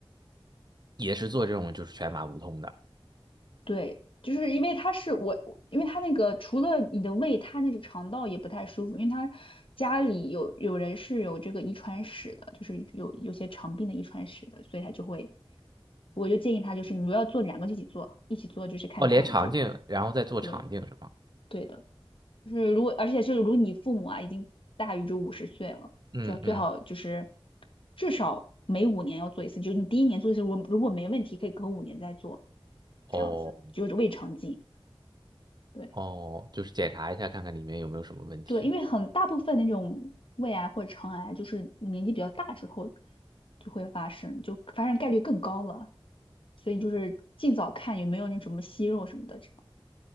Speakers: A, on the right; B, on the left.
A: 也是做这种就是全麻无痛的。
B: 对，就是因为他是我，因为他那个除了你的胃，他那个肠道也不太舒服，因为他家里有有人是有这个遗传史的，就是有有些肠病的遗传史的，所以他就会，我就建议他就是你如果要做两个就一起做，一起做就是看看，
A: 哦，连肠镜，
B: 就是
A: 然后再做肠镜是吗？
B: 对对的，就是如果而且就是如果你父母啊已经大于就五十岁了，
A: 嗯嗯。
B: 就要最好就是至少每五年要做一次，就是你第一年做一次，如果如果没问题可以隔五年再做。
A: 哦
B: 这样子，就是胃肠镜，对
A: 哦，就是检查一下看看里面有没有什么问题。
B: 对，因为很大部分那种胃癌或者肠癌，就是年纪比较大之后就会发生，就发生概率更高了。所以就是尽早看有没有那什么息肉什么的这样。